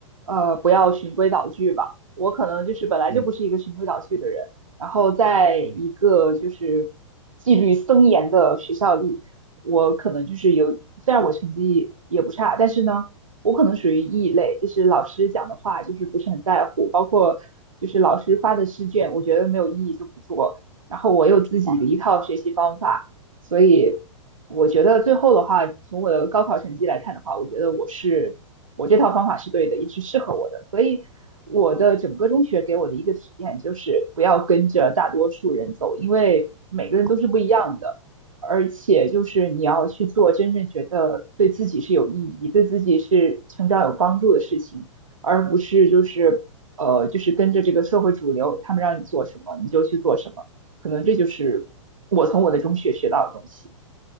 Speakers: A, on the right (about 85°); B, on the right (about 70°).
A: 呃，不要循规蹈矩吧。我可能就是本来就不是一个循规蹈矩的人，
B: 嗯
A: 然后在一个就是纪律森严的学校里，
B: 嗯，
A: 我可能就是有，虽然我成绩也不差，但是呢，我可能属于异类，就是老师讲的话就是不是很在乎，包括就是老师发的试卷，我觉得没有意义就不做。然后我有自己的一套学习方法，
B: 啊，
A: 所以我觉得最后的话，从我的高考成绩来看的话，我觉得我是我这套方法是对的，也是适合我的。所以我的整个中学给我的一个体验就是不要跟着大多数人走，因为每个人都是不一样的，而且就是你要去做真正觉得对自己是有意义、对自己是成长有帮助的事情，而不是就是。呃，就是跟着这个社会主流，他们让你做什么你就去做什么。可能这就是我从我的中学学到的东西。